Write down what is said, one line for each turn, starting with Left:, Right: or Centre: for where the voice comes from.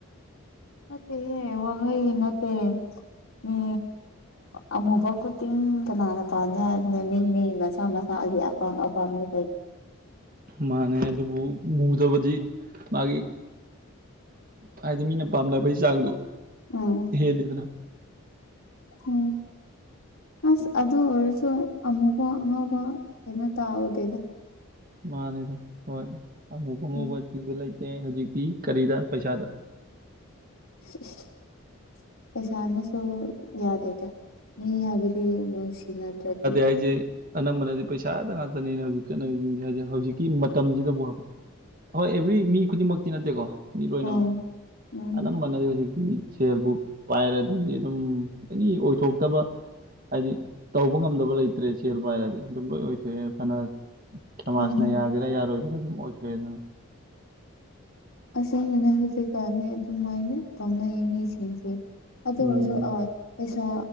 Left: ꯅꯠꯇꯦꯅꯦ ꯋꯥꯍꯩꯒꯤ ꯅꯠꯇꯦ ꯃꯤ ꯑꯃꯨꯕ ꯈꯨꯗꯤꯡ ꯀꯅꯥꯅ ꯄꯥꯝꯗꯦ ꯍꯥꯏꯕꯅꯣ ꯃꯤ ꯃꯤ ꯃꯁꯥ ꯃꯁꯥꯒꯤ ꯑꯄꯥꯝ ꯄꯥꯝꯕ ꯇꯥꯏꯅꯦ
Right: ꯃꯥꯅꯦ ꯑꯗꯨꯕꯨ ꯃꯨꯗꯕꯗꯤ ꯃꯥꯒꯤ ꯍꯥꯏꯗꯤ ꯃꯤꯅ ꯄꯥꯝꯅꯕꯩ ꯆꯥꯡꯗꯣ
Left: ꯎꯝ
Right: ꯍꯦꯜꯂꯤꯗꯅ
Left: ꯎꯝ ꯑꯁ ꯑꯗꯨ ꯑꯣꯏꯔꯁꯨ ꯑꯃꯨꯛ ꯋꯥ ꯑꯉꯧꯕ ꯀꯩꯅꯣ ꯇꯥꯎꯗꯦꯗ
Right: ꯃꯥꯅꯦꯗ ꯍꯣꯏ ꯑꯃꯨꯕ ꯑꯉꯧꯕ
Left: ꯎꯝ
Right: ꯊꯤꯕ ꯂꯩꯇꯦ ꯍꯧꯖꯤꯛꯇꯤ ꯀꯔꯤꯗ ꯄꯩꯁꯥꯗ
Left: ꯁꯤꯁ ꯄꯩꯁꯥꯅꯁꯨ ꯌꯥꯗꯦꯗꯥ ꯃꯤ ꯍꯥꯏꯕꯗꯤ ꯅꯨꯡꯁꯤꯅꯗ꯭ꯔꯗꯤ
Right: ꯑꯩꯖꯦ ꯑꯅꯝꯕꯅꯗꯤ ꯄꯩꯁꯥꯗ ꯉꯥꯛꯇꯅꯤꯅꯦ ꯍꯧꯖꯤꯛ ꯆꯠꯅꯔꯤꯖꯤꯡꯖꯦ ꯍꯥꯏꯗꯤ ꯍꯧꯖꯤꯛꯀꯤ ꯃꯇꯝꯖꯤꯗꯕꯨ ꯍꯥꯏꯕ ꯍꯣꯏ ꯑꯦꯕ꯭ꯔꯤ ꯃꯤ ꯈꯨꯗꯤꯡꯃꯛꯇꯤ ꯅꯠꯇꯦꯀꯣ ꯃꯤ ꯂꯣꯏꯅꯃꯛ
Left: ꯎꯝ ꯎꯝ
Right: ꯑꯅꯝꯕꯅꯗꯤ ꯍꯧꯖꯤꯛꯇꯤ ꯁꯦꯜꯕꯨ ꯄꯥꯏꯔꯗꯤ ꯑꯗꯨꯝ ꯑꯦꯅꯤ ꯑꯣꯏꯊꯣꯛꯇꯕ ꯍꯥꯏꯗꯤ ꯇꯧꯕ ꯉꯝꯗꯕ ꯂꯩꯇ꯭ꯔꯦ ꯁꯦꯜ ꯄꯥꯏꯔꯗꯤ ꯑꯗꯨꯝ ꯂꯣꯏ ꯑꯣꯏꯊꯣꯛꯑꯦ ꯐꯅ ꯁꯃꯥꯖꯅ
Left: ꯎꯝ
Right: ꯌꯥꯒꯦꯔꯥ ꯌꯥꯔꯣꯏꯒꯦꯔꯥ ꯑꯗꯨꯝ ꯑꯣꯏꯊꯣꯛꯑꯦꯗꯅ
Left: ꯑꯁꯦꯡꯕꯅꯦ ꯍꯧꯖꯤꯛꯀꯥꯟꯅꯤ ꯑꯗꯨꯃꯥꯏꯅ ꯇꯧꯅꯩꯌꯦ ꯃꯤꯁꯤꯡꯁꯦ ꯑꯗꯨ
Right: ꯎꯝ
Left: ꯑꯣꯏꯔꯁꯨ ꯄꯩꯁꯥ